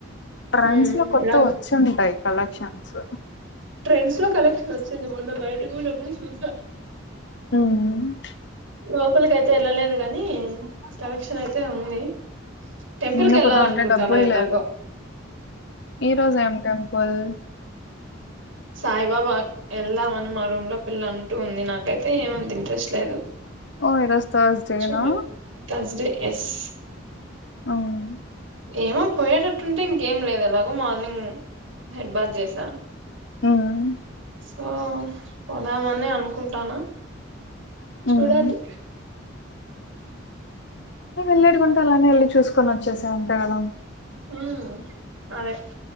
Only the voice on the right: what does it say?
ఉమ్
ఇలాగ
ట్రెండ్స్ లో కలెక్షన్ వచ్చ కొ మొన్న బయతపోయినబ్బుడు చూసా
లోపలికియితే వెళ్ళలేదు కాని కలెక్షన్ అయితే ఉంది టెంపుల్
కెళ్ళాలనుకుంటాను
ఎలాగో
సాయిబాబా వెళ్దామని మా రూమ్ లో పిల్ల అంటూ ఉంది నాకైతే ఏమంత ఇంట్రెస్ట్ లేదు
చూడాలి థర్స్డే ఎస్
ఏమో పోయేటట్టుంటే ఇంకేం లేదు ఎలాగో మార్నింగ్ హెడ్ బాత్ చేసా
సో పోదామని అనుకుంటానా చూడాలి
మ్మ్ అదే